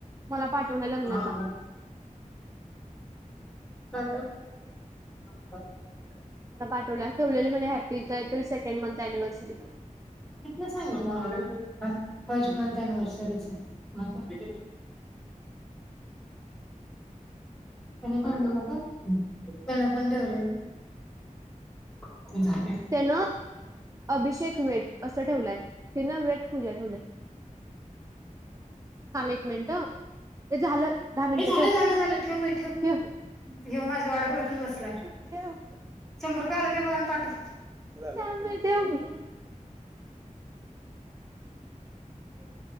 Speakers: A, on the right; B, in the centre.
A: मला पाठवला लग्नाचा
B: हा
A: मला <unintelligible>
B: <unintelligible> <inaudible> <unintelligible>
A: मला पाटवल्या ठेवलेली म्हने हॅ ते काहीतरी तरी सेकंड मंथ अनिव्हर्सरी.
B: नाही सांगितलं तुम्हाला? काय? फर्स्ट मंथ एनिवर्सरीच? कुणाच? <inaudible> तुम्ही पण ठेवलेला काय? त्यांन पण ठेवलेलं
A: त्यानं अभिषेक वेट असं ठेवलाय. तिनं वेट पूजा ठेवल्या. थांब एक मिनट ते झालं. दहा मिनटं
B: झालं
A: ठेव
B: झालं झालं ठेव बाई
A: ठेव
B: ह्यो माझी वाट बघतच बसलाय
A: ठेव
B: शंभर रुपये आलं काय बघा आणि पाठव
A: थांब बाई ठेव. <inaudible>